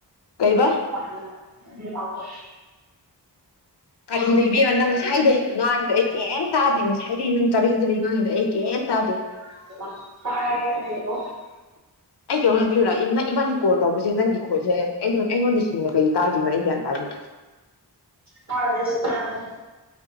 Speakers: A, on the left; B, on the right.
A: ꯀꯩꯕꯥ
B: <unintelligible>
A: ꯀꯔꯤꯅꯣ ꯏꯕꯦꯝꯃꯥ ꯅꯪ ꯉꯁꯥꯏꯗꯒꯤ ꯉꯥꯡꯉꯤꯗꯣ ꯑꯩ ꯀꯩꯝ ꯇꯥꯗꯦ ꯉꯁꯥꯏꯗꯩ ꯅꯪ ꯆꯕꯦꯡ ꯆꯕꯦꯡ ꯉꯥꯡꯉꯤꯗꯣ ꯑꯩ ꯀꯩꯝ ꯇꯥꯗꯦ
B: <unintelligible>
A: ꯑꯩ ꯀꯩꯅꯣꯝ ꯍꯥꯏꯕꯤꯌꯨꯨꯔꯥ ꯏ ꯏꯕꯥꯟꯅꯤ ꯀꯣꯜ ꯇꯧꯕꯁꯦ ꯅꯪꯒꯤ ꯈꯣꯟꯁꯦ ꯑꯩꯩꯅ ꯑꯩꯉꯣꯟꯗ ꯁꯦꯡꯅ ꯀꯩꯒꯤ ꯇꯥꯗꯔꯤꯅꯣ ꯑꯩ ꯒ꯭ꯌꯥꯟ ꯇꯥꯥꯗꯦ
B: ꯇꯔꯕꫭ ꯇꯔꯕꫭ